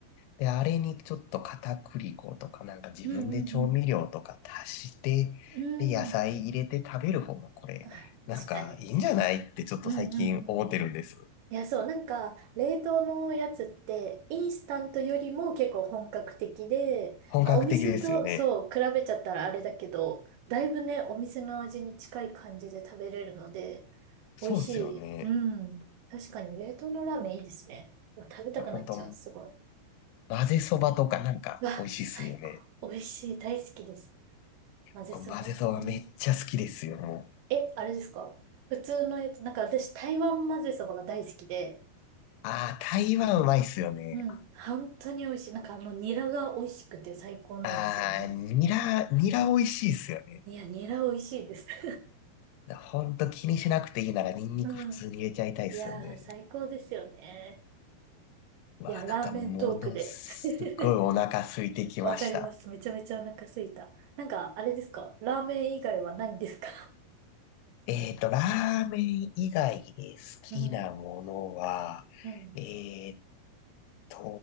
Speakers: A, on the left; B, on the right.
A: で、あれにちょっと片栗粉とかなんか自分で調味料とか足して、
B: うんうんうん。
A: で、
B: うん。
A: 野菜入れて食べる方がこれ、
B: あ、
A: なんかいいんじゃないってちょっと最近思ってるんです。
B: 確かに。うんうんうん。いや、そう、なんか、冷凍のやつって、インスタントよりも結構本格的で、
A: 本格的ですよね。
B: まあ、お店と、そう、比べちゃったらあれだけど、だいぶね、お店の味に近い感じで食べれるので、
A: そうっすよね。
B: 美味しい。うん。確かに、冷凍のラーメンいいですね。うわ食べたくなっちゃう、
A: 本当
B: すごい。
A: 混ぜそばとかなんか美味しいっすよね。
B: うわ、最高。美味しい、大好きです。混ぜそばもね。
A: こう混ぜそばめっちゃ好きですよ、もう。
B: え、あれですか普通のやつ、なんか私、台湾混ぜそばが大好きで、
A: ああ、台湾うまいっすよね。
B: うん。本当に美味しい。なんかあの、ニラが美味しくて最高なんですよね。
A: ああ、ニラ、ニラ美味しいっすよね。
B: いや、ニラ美味しいです。<laughs>
A: だほんと気にしなくていいならニンニク普通に入れちゃいたいっすよね。
B: うん。いやー、最高ですよね。
A: わあ、
B: いや、ラーメントークで。
A: なんかものすごいお腹空いてきました。
B: <laughs> わかります。めちゃめちゃお腹すいた。なんか、あれですかラーメン以外はないんですか
A: えっと、ラーメン以外で好きなものは、
B: <laughs> うん。うん。
A: えっと、